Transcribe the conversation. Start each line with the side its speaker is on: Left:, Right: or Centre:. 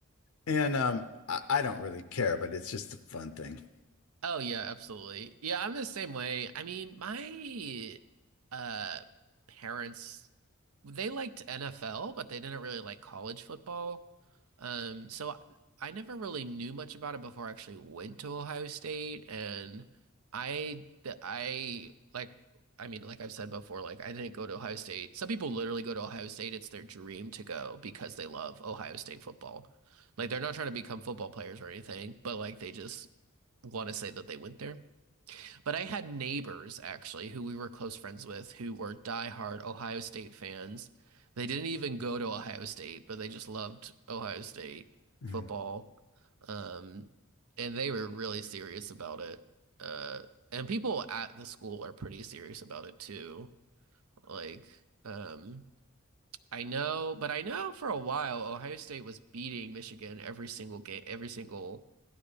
Left: And um, I, I don't really care, but it's just a fun thing.
Right: Oh yeah, absolutely. Yeah, I'm the same way. I mean, my uh parents they liked NFL, but they didn't really like college football. Um, so I, I never really knew much about it before I actually went to Ohio State and I the- I like I mean, like I've said before, like I didn't go to Ohio State. Some people literally go to Ohio State. It's their dream to go because they love Ohio State football. Like they're not trying to become football players or anything, but like they just want to say that they went there. But I had neighbors actually who we were close friends with who were diehard Ohio State fans. They didn't even go to Ohio State, but they just loved Ohio State
Left: Mhm.
Right: football. Um, and they were really serious about it. Uh, and people at the school are pretty serious about it too. Like, um, I know, but I know for a while Ohio State was beating Michigan every single game, every single